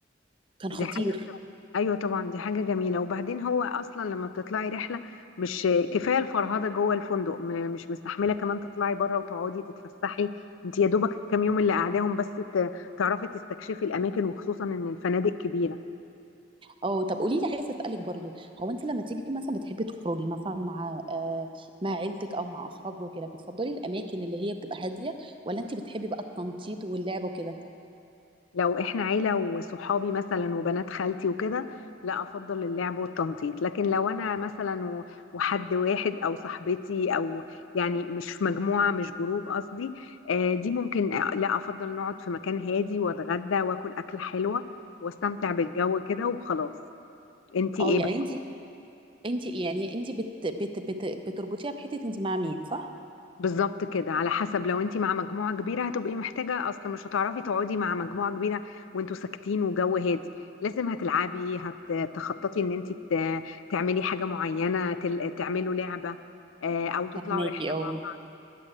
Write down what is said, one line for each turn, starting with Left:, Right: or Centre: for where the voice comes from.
Right: كان
Left: دي
Right: خطير
Left: حاجة بتبقى- ايوه طبعا دي حاجة جميلة وبعدين هو اصلا لما بتطلعي رحلة مش كفاية الفرهدة جوه الفندق م... مش مستحملة كمان تطلعي بره وتقعدي تتفسحي انت يا دوبك الكام يوم اللي قاعداهم بس ت... تعرفي تستكشفي الاماكن وخصوصا ان الفنادق كبيرة
Right: اه طب قولي لي عايزه اسالك برضو هو انت لما تيجي مثلا بتحبي تخرجي مثلا مع آه مع عيلتك او مع اصحابك وكده بتفضلي الاماكن اللي هي بتبقى هاديه ولا انت بتحبي بقى التنطيط واللعب وكده
Left: لو احنا عيلة وصحابي مثلا وبنات خالتي وكده لا افضل اللعب والتنطيط لكن لو انا مثلا و- وحد واحد او صاحبتي او يعني مش في مجموعة مش جروب قصدي آه، دي ممكن آه، لا افضل نقعد في مكان هادي واتغدى واكل اكلة حلوة واستمتع بالجو كده وخلاص انتي
Right: اه
Left: ايه
Right: يعني انت انت يعني انت بت بت بت بتربطيها بحته انت مع مين صح
Left: بالظبط كده على حسب لو انت مع مجموعة كبيرة هتبقي محتاجة اصل مش هتعرفي تقعدي مع مجموعة كبيرة وانتوا ساكتين وجو هادي لازم هتلعبي هتخططي ان انت ت- تعملي حاجة معينة تل- تعملوا لعبة آه، او تطلعوا
Right: فهماكي
Left: رحلة
Right: اه
Left: مع بعض